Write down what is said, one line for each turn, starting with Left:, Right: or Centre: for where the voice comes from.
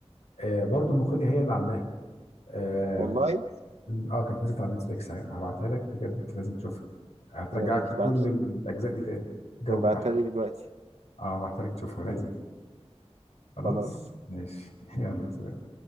Left: آه برضو المخرجه هي اللي عاملاها اه
Right: والله
Left: آه، كانت نزلت على نتفليكس ه- هبعتها لك بجد لازم تشوفها هترجعك
Right: يا ريت
Left: لكل
Right: تبعت
Left: الاجزاء دي تاني الجو
Right: تبعتها
Left: بتاعها
Right: لي دلوقتي
Left: اه هبعتها لك تشوفها لازم خلاص
Right: خلاص
Left: ماشي <laughs> يلا سلام